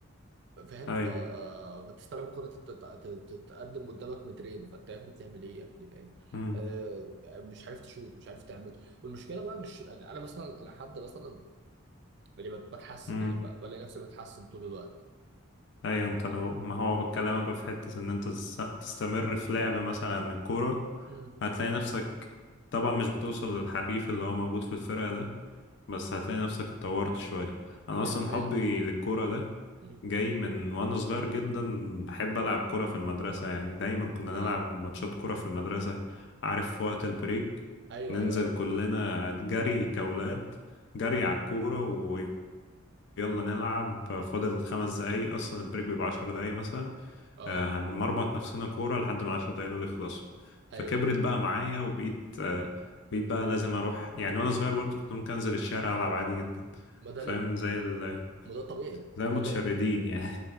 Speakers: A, on the right; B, on the left.
A: فاهم
B: اي
A: فبتستلم كرة تت- تت- تتقدم قدامك مترين فانت يا ابني بتعمل ايه يا ابني فاهم
B: امم
A: آه مش عارف تشوط مش عارف تعمل والمشكله بقى مش انا أنا مثلا انا حد مثلا اللي بت- بتحسن
B: امم
A: يعني ب- بلاقي نفسي بتحسن طول الوقت
B: ايوه انت لو ما هو بكلمك في حتة ان انت تس- تستمر في لعب مثلا عن الكورة
A: مم.
B: هتلاقي نفسك طبعا مش بتوصل للحريف اللي هو موجود في الفرقة ده بس هتلاقي نفسك اتطورت شوية انا
A: 100%
B: اصلا حبي للكورة ده
A: مم.
B: جاي من وانا صغير جدا بحب العب كرة في المدرسة يعني دايما كنا
A: اه
B: نلعب ماتشات كرة في المدرسة عارف في وقت البريك
A: ايوه
B: ننزل
A: ايوه ايوه
B: كلنا جري كأولاد جري على الكورة ويلا نلعب فاضل خمس دقايق اصلا البريك بيبقى عشر دقايق مثلا
A: اه
B: آه، هنمرمط نفسنا كورة لحد ما العشر دقايق دول يخلصوا فكبرت
A: ايوه
B: بقى معايا وبقيت آه، بقيت بقى لازم اروح يعني وانا صغير برضه كنت ممكن انزل الشارع العب عادي جدا
A: ما ده
B: فاهم زي ال...
A: ما ده طبيعي
B: زي المتشردين
A: ولا ايه
B: يعني